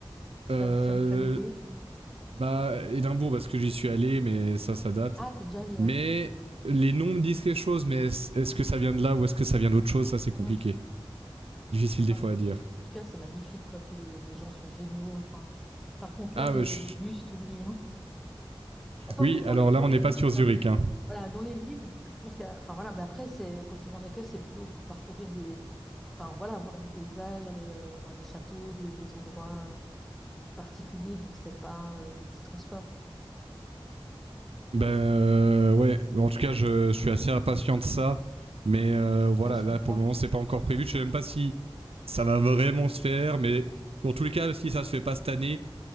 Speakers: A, in the centre; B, on the right.
A: si
B: Euh,
A: ça sonne familier.
B: bah, Édimbourg, parce que j'y suis allé, mais ça, ça date.
A: Ah, t'es déjà allé,
B: Mais
A: ouais.
B: les noms me disent quelque chose, mais est-ce est-ce que ça vient de là ou est-ce que ça vient d'autre chose Ça, c'est compliqué.
A: Mhm.
B: Difficile des
A: Ben,
B: fois à dire.
A: en tout cas, c'est magnifique, quoi. Puis les, les gens sont géniaux. Enfin, par contre,
B: Ah,
A: là, les,
B: bah, je
A: les bus, t'oublies. hein. Enfin,
B: oui,
A: oui, dans
B: alors
A: les,
B: là,
A: dans
B: on
A: les
B: n'est pas
A: villes.
B: sur Zurich, hein.
A: Voilà, dans les villes, je je pense qu'il y a... Enfin voilà, mais après, c'est quand tu vas en Écosse, c'est plutôt pour parcourir des... Enfin voilà, voir du paysage, aller euh, voir des châteaux, des, des endroits euh, particuliers, donc c'est pas euh, des petits transports.
B: Ben euh, ouais, en tout cas, je, je suis assez impatient de ça. Mais euh, voilà,
A: Ah, je
B: là
A: comprends.
B: pour le moment, c'est pas encore prévu. Je sais même pas si ça va vraiment se faire, mais dans tous les cas, si ça se fait pas cette année,